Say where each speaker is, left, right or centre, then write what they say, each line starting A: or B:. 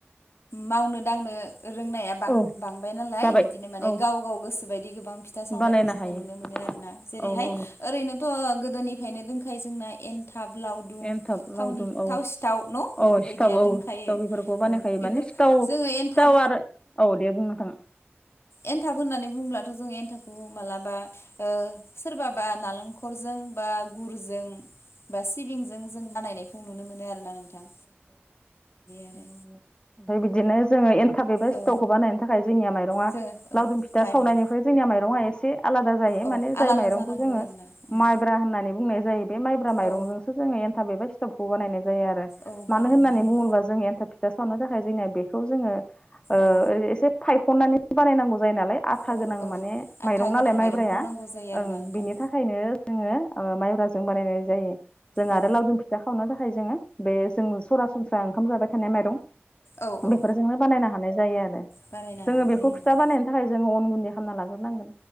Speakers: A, on the left; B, on the left.
A: मावनो दांनो। रोंनाया बां-बांबाय
B: औ
A: नालाय
B: जाबाय
A: बिदिनो माने
B: औ
A: गाव गाव गोसो। बादि गोबां फिथा सावनायखौ
B: बानायनो
A: जोङो
B: हायो
A: नुनो मोनो आरोना जेरैहाय
B: औ औ
A: ओरैनोथ' गोदोनिफ्रायनो दोंखायो जोंना एन थाब लावदुम
B: एन्थाब लावदुम
A: थावनि
B: औ
A: थाव सिथाव न'
B: औ
A: बेफोरबायदिया
B: सिथाव औ
A: दोनखायो
B: सिथाव बेफोरखौ बानायखायो
A: ओ
B: माने
A: बेफोर
B: सिथाव
A: जोङो
B: सिथाव
A: एनथाब
B: आरो औ दे बुं नोंथां।
A: एनथाब होननानै बुंब्लाथ' जों एनथाबखौ मालाबा ओ सोरबा बा नालेंखरजों बा गुरजों जों बा सिबिंजों जों बानायनायखौ नुनो मोनो आरोना नोंथां। आरो
B: ओमफाय बिदिनो जोङो एन थाब एबा सिथावखौ
A: औ
B: बानायनो थाखाय जोंनि माइरङा
A: जोङो औ
B: लावदुम फिथा
A: माइब्रा
B: सावनायनिफ्राय जोंनिया माइरंआ एसे आलादा जायो।
A: औ
B: मयो
A: आलादा
B: जाय माइरंखौ
A: जानांगौ
B: जोङो
A: आरोना उम
B: माइब्रा होननानै बुंनाय जायो बे मायब्रा मायरंजोंसो
A: औ
B: जों बे एन्टाब एबा सिथावखौ बानायनाय जायो आरो
A: औ बानायनाय
B: मानो होननानै
A: जायो
B: बुङोब्ला जोङो एन्थाब फिथा सावनो थाखाय जोंनिया बेखौ जोङो ओ ओरै
A: औ
B: एसे फायखननानै बानायनांगौ जायो नालाय आथा
A: औ
B: गोनां
A: औ
B: माने
A: आथा
B: माइरं
A: गोनां
B: नालाय
A: माइरंखौ
B: माइब्राया।
A: नांगौ जायो आरोना
B: ओं
A: नोंथां
B: बिनि थाखायनो जोङो ओ माइब्राजों बानायनाय जायो जों
A: औ
B: आरो लावदुम फिथा खावनो थाखाय जोङो बे जों सरासनस्रा ओंखाम जाबाय थानाय माइरं
A: औ औ
B: बेफोरजोंनो बानायनो हानाय जायो आरो।
A: बानायनो
B: जोङो
A: हानाय
B: बेखौ
A: जायो
B: फिथा
A: आरोना
B: बानायनो थाखाय जोङो अन गुन्दै खालाम ला